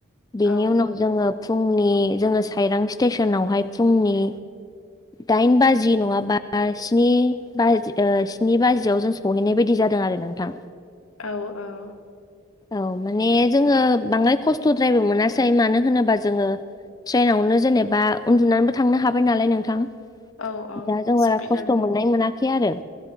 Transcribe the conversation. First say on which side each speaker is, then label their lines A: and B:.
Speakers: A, on the left; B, on the left.
A: बेनि
B: औ
A: उनाव जोङो फुंनि जोङो साइरां स्टेसनावहाय फुंनि दाइन बाजि नङाबा स्नि बाजि ओ स्नि बाजियाव जों सहैनाय बायदि जादों आरो नोंथां।
B: औ औ
A: औ माने जोङो बांद्राय खस्थ'द्रायबो मोनासै मानो होनोबा जोङो ट्रेनावनो जेनेबा उन्दुनानैबो थांनो हाबाय नालाय नोंथां।
B: औ औ
A: दा जों बारा
B: सुबिदा
A: खस्थ'
B: गोनां
A: मोननाय मोनाखै आरो